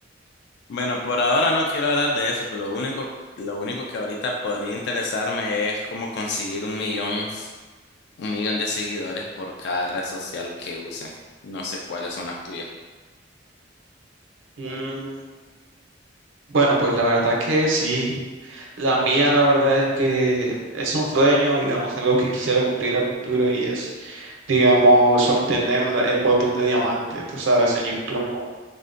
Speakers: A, on the left; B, on the right.
A: Bueno, por ahora no quiero hablar de eso, pero lo único, lo único que ahorita podría interesarme es cómo conseguir un millón, un millón de seguidores por cada red social que use. No sé cuáles son las tuyas.
B: Mm, Bueno, pues la verdad que sí. La mía, la verdad es que es un sueño, digamos, algo que quisiera cumplir a futuro y es, digamos, obtener la- el botón de diamante, tú sabes, en YouTube.